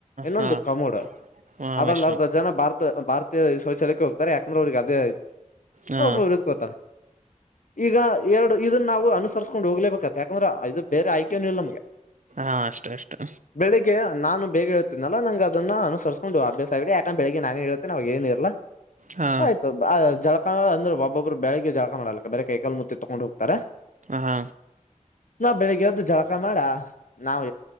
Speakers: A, on the left (about 75°); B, on the right (about 70°).
A: ಇನ್ನೊಂದು
B: ಹಾ
A: ಕಮೋಡ
B: ಹಾ
A: ಅದ್ರಲ್ಲಿ
B: ವೈಷ್ಣ
A: ಅರ್ಧ ಜನ ಭಾರತ ಭಾರತೀಯ ಶೌಚಾಲಯಕ್ಕೆ ಹೋಗ್ತಾರೆ ಯಾಕಂದ್ರೆ ಅವ್ರಿಗೆ ಅದೇ
B: ಹಾ
A: ಒಬ್ಬ ಉರ್ಕೋತಾನೆ ಈಗ ಎರಡ ಇದನ್ನ ನಾವು ಅನುಸರಿಸ್ಕೊಂಡು ಹೋಗ್ಲೇಬೇಕಾಗ್ತದೆ ಯಾಕಂದ್ರೆ ಇದು ಬೇರೆ ಆಯ್ಕೆನೇ ಇಲ್ಲ ನಮ್ಗೆ
B: ಹಾ ಅಷ್ಟೇ ಅಷ್ಟೇ
A: ಬೆಳಿಗ್ಗೆ ನಾನು ಬೇಗ ಹೇಳೇಳ್ತೇನಲ್ಲ ನಂಗ ಅದನ್ನ ಅನುಸರಿಸಸ್ಕೊಂಡ ಅಭ್ಯಾಸ ಆಗಿದೆ ಯಾಕಾದ್ರೆ ಬೆಳಗ್ಗೆ ನಾನೇ ಏಳತೇನಿ ಅವಾಗ ಏನು ಇರ್ಲ
B: ಹಾ
A: ಆಯತು ಆಯ್ತು ಜಳಕ ಅಂದ್ರೆ ಒಬ್ಬಬ್ರು ಬೆಳಗೆ ಜಳಕಾ ಮಾಡಲಾ ಬೇಗೆ ಕೈ, ಕಾಲ ಮೋಕಾ ತೋಳಕೋಡ್ ಹೋಗ್ತಾರೆ
B: ಹಾಂ
A: ನಾ ಬೆಳಿಗ್ಗೆ ಎದ್ದ ಜಳಕಾ ಮಾಡಿ ಆ ನಾವು